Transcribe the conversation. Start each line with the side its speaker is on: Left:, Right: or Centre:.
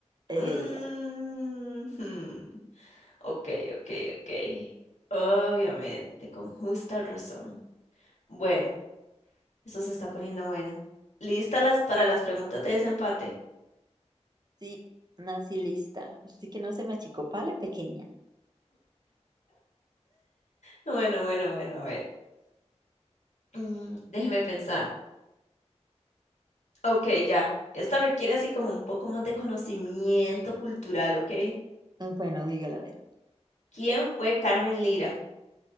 Right: Heredia.
Left: Mm, hmm, Ok, ok, ok. Obviamente, con justa razón. Bueno, eso se está poniendo bueno. Lista las para las preguntas de desempate?
Right: Sí, nací lista, así que no se me achicopale, pequeña.
Left: Bueno, bueno, bueno, a ver. Mm, déjeme pensar. Ok, ya. Esta requiere así como un poco más de conocimiento cultural, ¿ok?
Right: Ah, Bueno, dígala a ver.
Left: ¿Quién fue Carmen Lira?